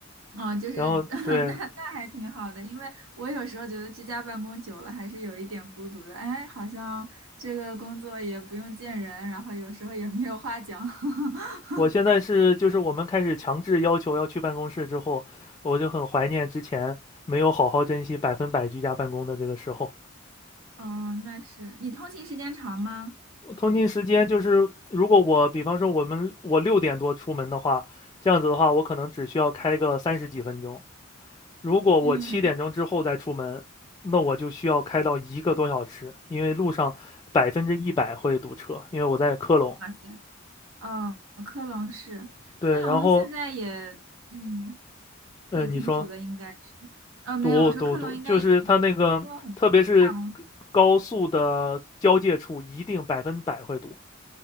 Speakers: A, on the right; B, on the left.
A: 哦，就是
B: 然后对
A: <laughs> 那那还挺好的，因为我有时候觉得居家办公久了还是有一点孤独的。哎，好像这个工作也不用见人，然后有时候也没有话讲。<laughs>
B: 我现在是，就是我们开始强制要求要去办公室之后，我就很怀念之前没有好好珍惜百分百居家办公的这个时候。
A: 哦，那是你通勤时间长吗？
B: 通勤时间就是，如果我比方说我们我六点多出门的话，这样子的话，我可能只需要开个三十几分钟，如果我七点钟之后再出门，
A: 嗯，
B: 那我就需要开到一个多小时，因为路上百分之一百会堵车，因为我在科隆。
A: 哇塞，哦，科隆是科隆，
B: 对，然后，
A: 现在也嗯也挺堵的，
B: 嗯、你说
A: 应该。呃，没有，
B: 堵堵堵，
A: 我说克隆应该也挺苦的，
B: 就是它那个，
A: 因为很多大公司，
B: 特别是高速的交界处，一定百分百会堵。